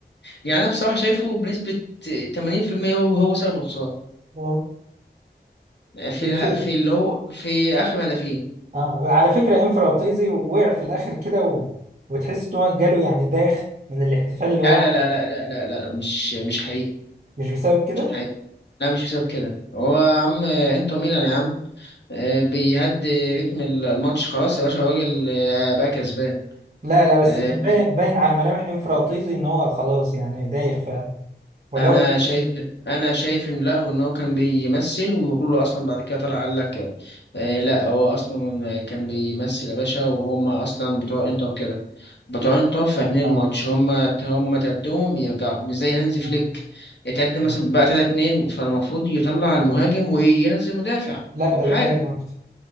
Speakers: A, on the left; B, on the right.
A: يعني انا بصراحة شايفه بنسبة 80% هو هو سبب الخسارة
B: آه.
A: في
B: بس
A: الها- في اللي هو في اخر هدفين
B: آه. على فكره انفراطيزي وقع في الاخر كده و... وتحس ان هو جاله يعني داخ من الاحتفال اللي
A: لا
B: هو عمله.
A: لا لا لا لا لا لا مش مش حقيقي
B: مش بسبب كده
A: مش حقيقي لا مش بسبب كده هو يا عم انتر ميلان يا عم آه، بيهدي رتم الماتش خلاص يا باشا الراجل آه، بقى كسبان
B: لا لا بس
A: آه،
B: كان باين باين على ملامح انفراطيزي ان هو خلاص يعني دايخ فعلا ولو
A: انا
B: بيحس
A: شايف انا شايف ان لا وان هو كان بيمثل وكله اصلا بعد كده طلع قال لك آه، آه، لا هو اصلا كان بيمثل يا باشا وهم اصلا بتوع انتر كده بتوع انتر فاهمين
B: اه
A: الماتش هم هم تقدمهم يرجعوا مش زي هانزي فليك
B: اه
A: اتقدم مثلا
B: اه
A: بقى 3 2 فالمفروض يطلع المهاجم وينزل مدافع
B: لا ده
A: او حاجه
B: بيهاجم اكتر